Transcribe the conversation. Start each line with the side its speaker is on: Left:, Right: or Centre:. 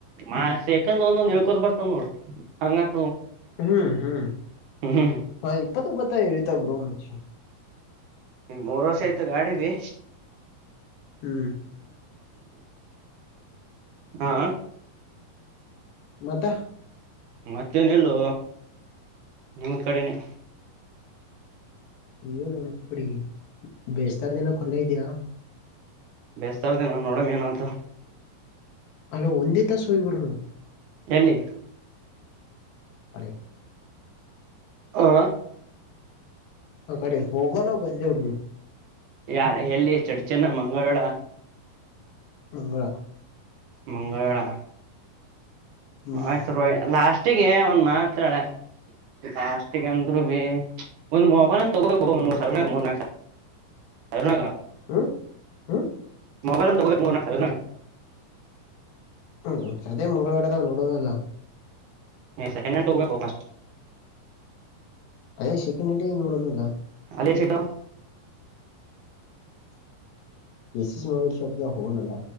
Right: ಮಾಸೆ <inaudible> ಹಾಂದ ಒಂದ್ ಹಳ್ಕೋದ ಬರ್ತದ ನೋಡ್ ಹ <inaudible>
Left: ಹ್ಮ್ ಹ್ಮ್
Right: ಹ್ಮ್
Left: ಹಪ್ಪತು ಬತ್ತ ರತಬ್ ರೋಮಚ
Right: ಈ ಬೋರೋಸ ಆಯ್ತ ಗಾಡಿ ಭ
Left: ಹ್ಮ್
Right: ಹಾ
Left: ಮತ
Right: ಮತ್ತೇನಲ್ಲೋ ನಿಮ್ಮ್ ಕಡೆನೆ
Left: ಇ ನ ನು ಕಡಿ ಬೇಸ್ತರ ದನ <inaudible> ಲ್ಲಾ ಹ ದಯ
Right: ಬೇಸ್ತರ್ತೇ ನಾ ನೋಡಮ ಏನ್ತ
Left: ಅಲೋ ಒಂದೇ ತಾಸೋ ಇವರುನು
Right: ಎಲ್ಲಿ
Left: ಮಳ <inaudible>
Right: ಹ
Left: ಆ ಕಡೆ ಹೋಗೋನ ಬಂದೆ ಉು
Right: ಯ ಎಲ್ಲಿ ಚಡ್ ಚನ್ನ ಮಂಗಳಡ
Left: ಮಂಗಳ
Right: ಮಂಗಳವೇಳ
Left: ಹ್ಮ್
Right: ಆಯ್ತು ರೋಯಿ ಲಾಸ್ಟಿಗೆ ಒಂದ್ ಮಾತ್ಳ ಕಷ್ಟಿಗೆ ಅಂದರು ಬಿ ಒಂದು್ ಮೊಬನ್ ತಗೋಬೇಕು ಮ <inaudible> ಹಣಕ
Left: ಹ ಹ <inaudible>
Right: ಮೊಬೈಲ್ ಒಂತ ತಗ <inaudible>
Left: ಹ್ಮ್ ಅದೇ ಮಂಗಳಡೆದಾ ನೋಡೋನಲ್ಲ
Right: ಸೆಂಕೆಂಡ್ ಹ್ಯಾಂಡಲ್ ತಾವೋಗೋಬೇಕ್
Left: ಅದೇ ಶಕ್ಕಟಿ ಇನ್ನೋಡಲ್ಲ
Right: ಅ ಚಟಾ <inaudible>
Left: ಎಸಿಸ್ ಮೊಬೈಲ್ ಶೋಪ ಲ ಹ ನ ಅಲ್ಲ